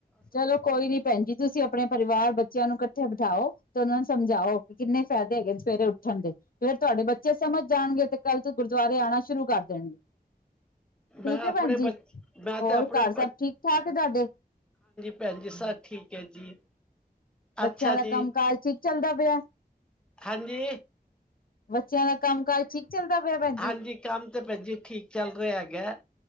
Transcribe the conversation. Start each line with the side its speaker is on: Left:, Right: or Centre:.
Left: ਚਲੋ ਕੋਈ ਨੀ ਭੈਣ ਜੀ ਤੁਸੀਂ ਆਪਣੇ ਪਰਿਵਾਰ ਬੱਚਿਆਂ ਨੂੰ ਉੱਥੇ ਬਿਠਾਓ ਤੇ ਉਹਨਾਂ ਨੂੰ ਸਮਝਾਓ ਕਿੰਨੇ ਫ਼ਾਇਦੇ ਹੈਗੇ ਨੇ ਸਵੇਰੇ ਉੱਠਣ ਦੇ ਫਿਰ ਤੁਹਾਡੇ ਬੱਚੇ ਸਮਝ ਜਾਣਗੇ ਤੇ ਕੱਲ ਤੂੰ ਗੁਰਦੁਆਰੇ ਆਉਣਾ ਸ਼ੁਰੂ ਕਰ ਦੇਣਗੇ। ਠੀਕ
Centre: ਮੈਂ
Left: ਹੈ।
Centre: ਆਪਣੇ
Left: ਭੈਣ ਜ
Centre: ਬੱਚ ਮੈਂ
Left: ਹੋਰ
Centre: ਤੇ ਆਪਣੇ
Left: ਘਰ ਸਭ ਠੀਕ ਠਾਕ ਹੈ। ਤੁਹਾਡੇ।
Centre: ਪੈਨਜੀ ਸ ਠੀਕ ਐ ਜੀ।
Left: ਬੱਚਿਆਂ
Centre: ਅੱਛਾ
Left: ਦਾ
Centre: ਜੀ
Left: ਕੰਮ ਕਾਜ ਹੀ ਚੱਲਦਾ ਪਿਆ
Centre: ਹਾਂਜੀ।
Left: ਬੱਚਿਆਂ ਦਾ ਕੰਮ ਕਾਜ ਠੀਕ ਚੱਲਦਾ ਪਿਆ ਭੈਣ ਜੀ
Centre: ਹਾਂਜੀ ਕੰਮ ਤੇ ਭੈ ਜੀ ਠੀਕ ਚੱਲ ਰਿਹਾ ਹੈਗਾ